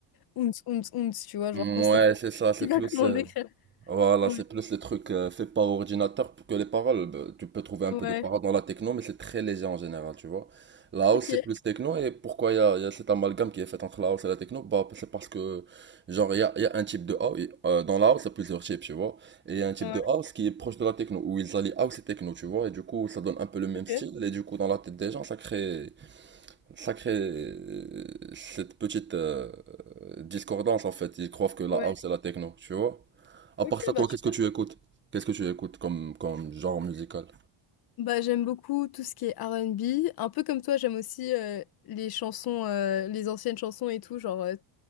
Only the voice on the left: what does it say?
Ounce, ounce, ounce, tu vois, genre
constamment.
<laughs>
Je sais
pas comment
décrire.
Ouais,
ouais,
ok.
Ouais,
ok.
Ouais,
ok,
bah tu
Bah, j'aime beaucoup tout ce qui est R&B. Un peu comme toi, j'aime aussi euh, les chansons, euh, les anciennes chansons et tout, genre euh,